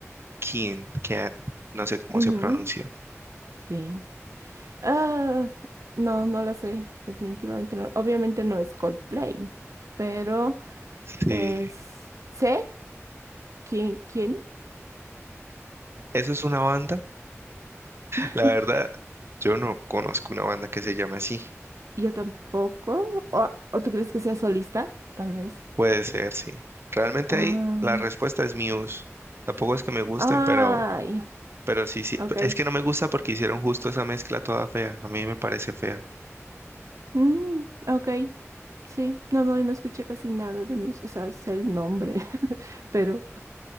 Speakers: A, on the right; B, on the right.
A: Keane? Keane, no sé cómo
B: Ujú.
A: se pronuncia.
B: sí. Ah, no, no la sé, definitivamente no. Obviamente no es Coldplay, pero
A: Sí,
B: es... ¿Sé quién? quién?
A: ¿eso es una banda?
B: <laughs>
A: La verdad, yo no conozco una banda que se llame así.
B: Yo tampoco. ¿O, o tú crees que sea solista? Tal vez.
A: Puede ser, sí. Realmente
B: Ah,
A: ahí la respuesta es Muse. Tampoco es que me gusten,
B: ay,
A: pero Pero sí, sí,
B: ok.
A: es que no me gusta porque hicieron justo esa mezcla toda fea. A mí me parece fea.
B: Mm, ok, sí. No, no, no escuché casi nada de Muse. O sea, sé el nombre, <laughs> pero